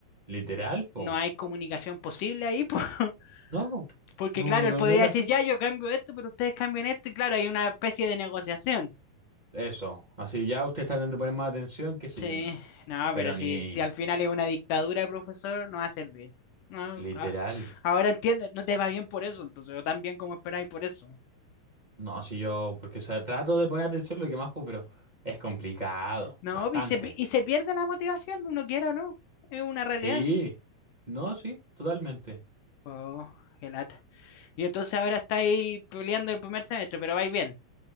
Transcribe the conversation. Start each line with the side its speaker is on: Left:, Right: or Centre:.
Right: Literal, po.
Left: no hay comunicación posible ahí, pues. <laughs>
Right: No, po.
Left: Porque
Right: No,
Left: claro,
Right: no
Left: él podría
Right: hay nada que
Left: decir,
Right: hacer.
Left: ya yo cambio esto, pero ustedes cambian esto, y claro, hay una especie de negociación.
Right: Eso. Así ya ustedes tratan de poner más atención, qué sé
Left: Sí,
Right: yo, no.
Left: no,
Right: Pero
Left: pero si,
Right: ni
Left: si al final es una dictadura de profesor, no va a servir. No,
Right: literal.
Left: a- ahora entiendes, no te va bien por eso, entonces, o tan bien como esperáis por eso.
Right: No, si yo, porque o sea, trato de poner atención lo que más puedo, pero es complicado.
Left: No,
Right: Bastante.
Left: y se, pi- y se pierde la motivación, uno quiera o no, es una realidad.
Right: Sí. No, sí, totalmente.
Left: Oh, qué lata. Y entonces ahora estáis peleando el primer semestre, pero vais bien.